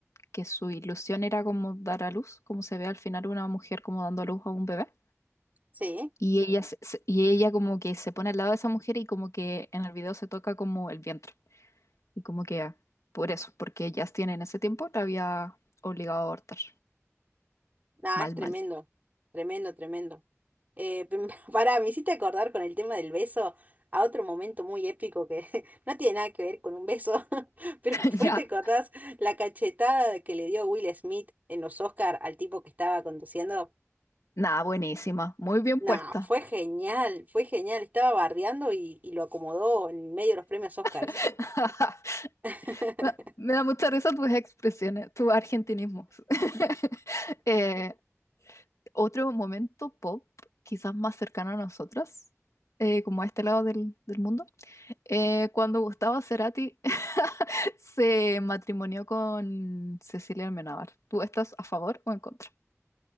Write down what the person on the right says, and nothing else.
sí.
Nah,
es tremendo,
tremendo, tremendo. Eh, <laughs> pim- pará, me hiciste acordar con el tema del beso a otro momento muy épico que <laughs> no tiene nada que ver con un beso, <laughs> pero
fue,
¿te acordás la cachetada que le dio Will Smith en los Oscar al tipo que estaba conduciendo?
Nah,
fue genial, fue genial. Estaba bardeando y, y lo acomodó en medio de los premios Oscars.
<laughs>